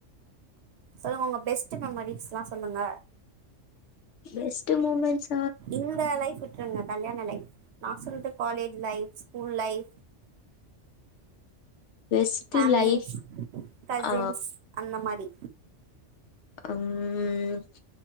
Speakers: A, on the right; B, on the left.
A: சொல்லுங்க உங்க பெஸ்ட்டு மெமரீஸ்ல்லா சொல்லுங்க
B: பெஸ்ட்டு மொமென்ட்ஸ்
A: இந்த லைஃப் விட்ருங்க கல்யாண லைஃப் நா சொல்து college lifes school life
B: best
A: families
B: life
A: கசின்ஸ்
B: ஆ
A: அந்த மாரி
B: அம்